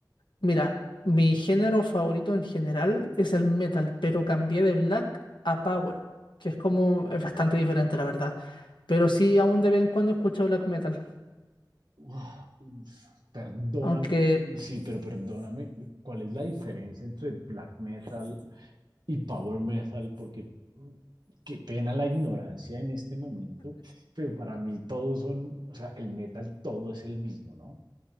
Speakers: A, on the left (about 80°); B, on the right (about 70°).
A: Mira, mi género favorito en general es el metal, pero cambié de black a power, que es como, es bastante diferente, la verdad. Pero sí, aún de vez en cuando escucho black metal.
B: Uf, uf, Perdóname,
A: Aunque,
B: sí, pero perdóname, ¿cuál es la diferencia entre black metal y power metal? Porque mm, qué pena la ignorancia en este momento, pero para mí todos son, o sea, el metal todo es el mismo, ¿no?